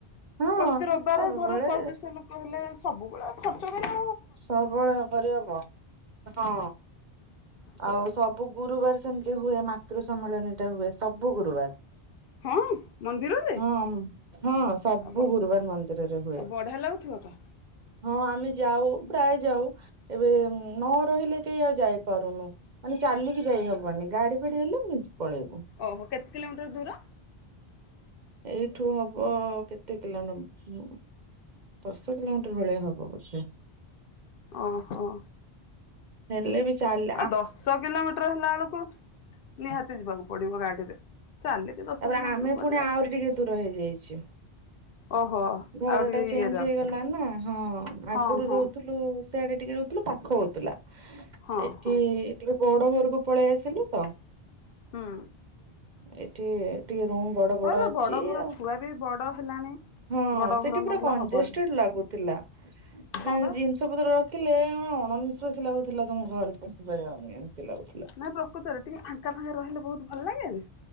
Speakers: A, on the right; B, on the left.
A: ହଁ
B: ପ୍ରତି ରବିବାର
A: ସବୁବେଳେ
B: ଧର ଶହେ ଦୁଇଶହ ଲୋକ ହେଲେ ସବୁବେଳେ ଖର୍ଚ୍ଚ କରି
A: ସବୁବେଳେ କରିହବ ହଁ।
B: ସେଇଆ
A: ଆଉ ସବୁ ଗୁରୁବାର ସେମିତି ହୁଏ ମାତୃ ସମ୍ମିଳନୀ ଟା ହୁଏ ସବୁ ଗୁରୁବାର।
B: ହଁ ମନ୍ଦିରରେ
A: ହଁ ହଁ ସବୁ
B: ଆଉ ବ
A: ଗୁରୁବାର ମନ୍ଦିରରେ ହୁଏ।
B: ଆଉ ବଢିଆ ଲାଗୁଥିବ ତ?
A: ହଁ ଆମେ ଯାଉ ପ୍ରାୟ ଯାଉ ଏବେ ନ ରହିଲେ କେହି ଆଉ ଯାଇ ପାରୁନୁ ମାନେ ଚାଲିକି ଯାଇ ହବନି ଗାଡି ଫାଡି ହେଲେ ପ ପଳେଇବୁ।
B: ଓହୋ କେତେ କିଲୋମିଟର ଦୂର?
A: ଏଇଠୁ ହବ କେତେ କିଲୋ ନମ୍ବର? ଦଶ କିଲୋମିଟର ଭଲିଆ ହବ ବୋଧେ।
B: ଓହୋ।
A: ହେଲେ ବି ଚାଲ
B: ଆଉ ଦଶ କିଲୋମିଟର ହେଲା ବେଳକୁ ନିହାତି ଯିବାକୁ ପଡିବ ଗାଡିରେ। ଚାଲିକି ଦଶ
A: ତାପରେ
B: କିଲୋମିଟର
A: ଆମେ
B: କୁଆଡେ
A: ପୁଣି
B: ଯାଇ
A: ଆହୁରି ଟିକେ ଦୂର ହେଇଯାଇଛୁ
B: ଓହୋ।
A: ଘର
B: ଆଉ ଟିକେ
A: ଟା ଚେଞ୍ଜ
B: ଇଏ ର
A: ହେଇଗଲା ନା। ହଁ
B: ହଁ
A: ଆଗରୁ
B: ହଁ
A: ରହୁଥୁ ଲୁ ସେଆଡେ ଟିକେ ରହୁଥିଲୁ ପାଖ ହଉଥିଲା।
B: ହଁ
A: ଏଠି
B: ହଁ
A: ଟିକେ ବଡ ଘରକୁ ପଳେଇ ଆସିଲୁ ତ।
B: ହୁଁ।
A: ଏଠି ଟିକେ ରୁମ୍ ବଡ
B: ମୋର
A: ବଡ ଅଛି
B: ଘର
A: ଆଉ।
B: ଛୁଆ ବି ବଡ ହେଲାଣି।
A: ହଁ
B: ବଡ
A: ସେଠି
B: ଘର ନହେଲେ
A: ପୁରା କଂଜେଷ୍ଟଡ୍
B: ହବନି
A: ଲାଗୁଥିଲା। ମାନେ
B: ହଁ ବା।
A: ଜିନିଷ ପତ୍ର ରଖିଲେ ଅଣନିଶ୍ଵାସୀ ଲାଗୁଥିଲା ତମ ଘରେ ପଶିପାରିବନି ଏମତି ଲାଗୁଥିଲା।
B: ନାଇଁ ପ୍ରକୃତରେ ଟିକେ ଫାଙ୍କା ଫାଙ୍କା ରହିଲେ ବୋହୁତ ଭଲ ଲାଗେନି?